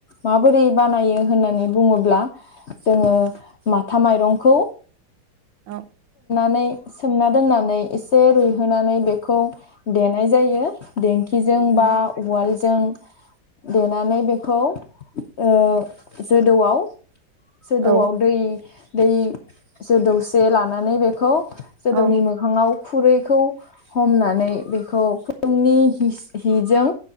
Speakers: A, on the left (about 60°); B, on the right (about 75°).
A: माबोरै बानायो होननानै बुङोब्ला जोंङो माथा माइरंखौ
B: औ
A: नै सोमना दोननानै एसे रुइहोनानै बेखौ देनाय जायो, देंखिजों
B: उम
A: बा उवालजों देनानै बेखौ ओ जोदौआव जोदौआव
B: औ
A: दै दै जोदौसे लानानै बे खौ जोदौनि
B: औ
A: मोखाङाव खुरैखौ हमनानै बेखौ खुन्दुंनि हिस- हिजों